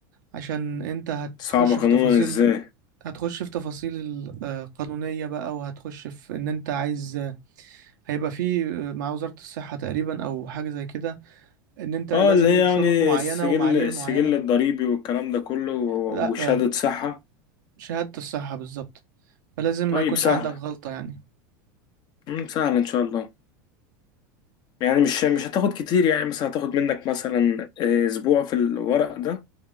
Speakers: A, on the right (about 80°); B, on the left (about 45°).
A: عشان انت هتخش
B: صعبه
A: في
B: قانونا
A: تفاصيل
B: ازاي
A: هتخش في تفاصيل آه، قانونية بقى وهتخش في ان انت عايز هيبقى في مع وزارة الصحة تقريبا او حاجة زي كده ان انت
B: اه
A: لازم
B: اللي هي
A: ليك
B: يعني
A: شروط معينة
B: السجل
A: ومعايير
B: السجل
A: معينة
B: الضريبي والكلام ده كله و-
A: لا
B: وشهادة
A: آه،
B: صحة
A: شهادة الصحة بالظبط فلازم ما
B: طيب
A: يكونش
B: سهلة
A: عندك غلطة يعني
B: مم، سهلة ان شاء الله يعني مش مش هتاخد كتير يعني مثلا هتاخد منك مثلا آه، اسبوع في الورق ده